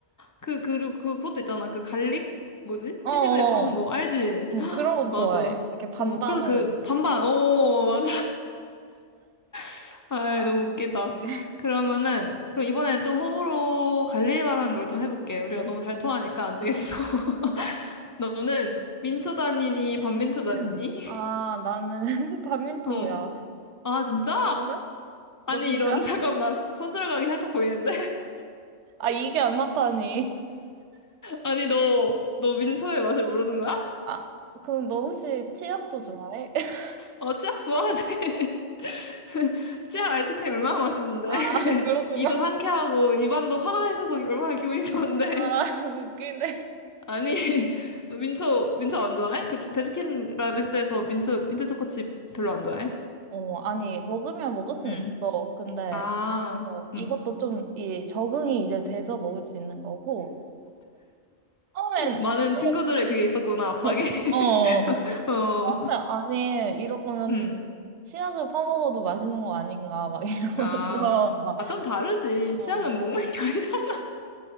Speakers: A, on the left (about 30°); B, on the right (about 80°).
A: 그, 그리고 그, 그것도 있잖아. 그 갈릭? 뭐지?
B: 어,
A: 시집에
B: 어,
A: 파는
B: 어.
A: 거. 알지?
B: 응, 그런 것도
A: 맞아.
B: 좋아해. 이렇게 반반으로.
A: 어, 그래서 그, 반반. 오, 맞아. <laughs> 아이,
B: 아,
A: 너무 웃기다.
B: 그래.
A: 그러면은, 그럼 이번엔 좀 호불호 갈릴 만한 걸 좀 해볼게. 우리가
B: 응,
A: 너무 잘 통하니까 안 되겠어.
B: 응.
A: <laughs> 너는 민초 다니니, 반민초 다니니?
B: <clears throat> 응. 아, 나는 <laughs> 반민초야.
A: <laughs> 어. 아, 진짜?
B: 너는?
A: 아니,
B: 너 민초야?
A: 이런, <laughs> 잠깐만. 손절각이 살짝 보이는데?
B: 아, 이게 안 맞다니.
A: 아니, 너, 너 민서의 맛을 모르는 거야?
B: 아, 그럼 너 혹시 치약도 좋아해? <laughs>
A: 어, 치약 좋아하지? <laughs> 치약 아이스크림 얼마나 맛있는데.
B: 아, 그렇구나.
A: 이도 상쾌하고, 입안도 화가 있어서 얼마나 기분이 좋은데.
B: 아, <laughs> 웃기네.
A: 아니, <laughs> 민초, 민초 안 좋아해? 그, 베스킨라빈스에서 민초, 민초 초코칩 별로 안 좋아해?
B: 어, 아니, 먹으면 먹을 수는
A: 응.
B: 있어. 근데,
A: 아,
B: 어, 이것도
A: 응.
B: 좀, 이, 적응이 이제 돼서 먹을 수 있는 거고, 처음엔,
A: 많은
B: 어,
A: 친구들의 그게 있었구나, 압박이.
B: <laughs> 어, 어.
A: <laughs> 어,
B: 처음에, 아니, 이러면
A: 응.
B: 치약을 퍼먹어도 맛있는 거 아닌가, 막 이러면서, <laughs>
A: 아,
B: 막,
A: 아, 좀 다르지.
B: 어.
A: 치약은 먹는 게 아니잖아.